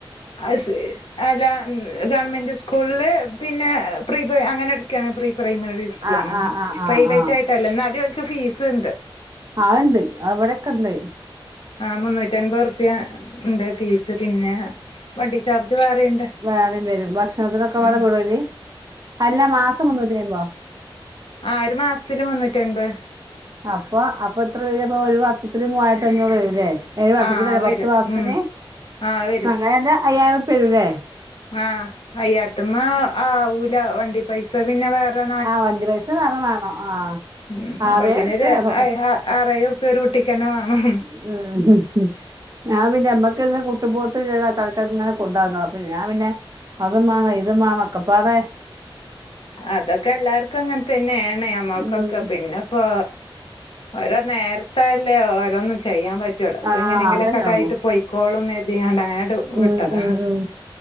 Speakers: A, on the left; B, on the right.
A: അ അല്ല ഗവൺമെന്റ് സ്കൂളില് പിന്നെ പ്രീ പ്ര അങ്ങനെ എടുക്കയാണ് പ്രീ പ്രൈമറി എടുക്കാണ്
B: ആ ആ ആ ആ
A: പ്രൈവറ്റ്
B: ആ
A: ആയിട്ടല്ല എന്നാല ഫീസ് ഉണ്ട്
B: ആ ഉണ്ട് അവിടെക്കെണ്ട്
A: ആ മുന്നൂറ്റി അൻപത് റുപ്യ ഉണ്ട് ഫീസ് പിന്നെ വണ്ടി ചാർജ് വേറെയുണ്ട്
B: വേടയും വരും ഭക്ഷണത്തിനൊക്കെ
A: ഉം
B: വേട കുടുതല് അല്ല മാസം മുന്നൂറ്റി അൻപതോ
A: ആ ഒരു മാസത്തില് മുന്നൂറ്റി അൻപത്
B: അപ്പൊ അപ്പൊ എത്ര പേര് അപ്പൊ ഒരു വർഷത്തി മൂവായിരത്തി അഞ്ഞൂറല്ലേ ഏഴു വർഷത്തില്ലേ
A: ആഹ് വരും
B: പത്ത് മാസത്തിന്
A: ഉം ആഹ് വരും
B: അങ്ങെന്റെ അയ്യായിരം വരുംല്ലേ
A: ആഹ് അയ്യായിരത്തിമ്മ ആവൂല വണ്ടി പൈസ പിന്നെ വേറെ
B: ആ വണ്ടി പൈസ വേറെ വേണം ആ
A: <unintelligible>
B: ആറേഴ് ഉറുപ്യ വേണം
A: വേണം
B: <unintelligible> ഞാൻ പിന്നെ നമ്മക്ക് കുട്ടുംബോത്തി തക്കംങ്ങനെ കൊണ്ടതാ പി ഞാൻ പിന്നെ അതും വേണം ഇതും വേണം ഒക്കപ്പാടെ
A: അതൊക്കെ എല്ലാർക്കും അങ്ങനെ തന്നെയ ആണ നമ്മൾക്കൊക്കെ
B: ഉം
A: പിന്നെപ്പോ ഓരോ നേരത്തല്ലേ ഓരോന്നും ചെയ്യാൻ പറ്റ പറ്റൂള്ളൂ ഇപ്പൊ
B: ആ
A: എങ്ങനെയെങ്കിലും
B: അതന്നെ
A: ഒക്കെടായിട്ട്
B: ഉള്ളു
A: പൊയിക്കോളൂന്ന് കരുതിട്ടങ്ങട് വിട്ടതാ
B: ഉം ഉം ഉം